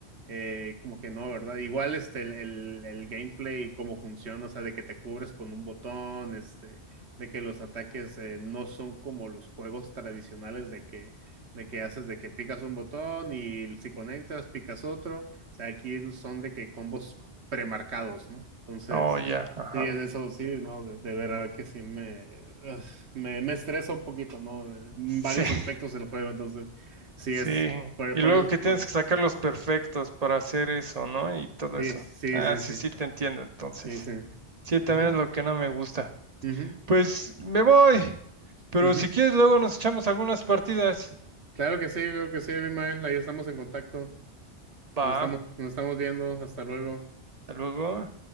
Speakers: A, on the right; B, on the right.
A: eh, como que no, ¿verdad? Igual este, el, el, el gameplay y cómo funciona, o sea, de que te cubres con un botón, este, de que los ataques eh, no son como los juegos tradicionales de que, de que haces, de que picas un botón y si conectas, picas otro. O sea, aquí son de que combos premarcados, ¿no? Entonces,
B: Oh, ya, ajá.
A: sí, es eso, sí, ¿no? De, de verdad que sí me, ugh, me, me estresa un poquito, ¿no? En
B: Sí,
A: varios
B: <laughs>
A: aspectos del juego, entonces, sí
B: sí.
A: es, por,
B: Y
A: por
B: luego
A: eso,
B: que tienes
A: por, eso-
B: que sacar los perfectos para hacer eso, ¿no? Y todo
A: sí,
B: eso.
A: sí,
B: Ah,
A: sí,
B: sí,
A: sí,
B: sí, te entiendo, entonces.
A: sí, sí.
B: Sí, también
A: Ujú,
B: es lo que no me gusta.
A: ujú,
B: Pues me voy. Pero
A: ujú.
B: si quieres, luego nos echamos algunas partidas.
A: Claro que sí, creo que sí, Abimael, ahí estamos en contacto,
B: Va,
A: nos estamos,
B: hasta
A: nos estamos viendo, hasta luego.
B: luego.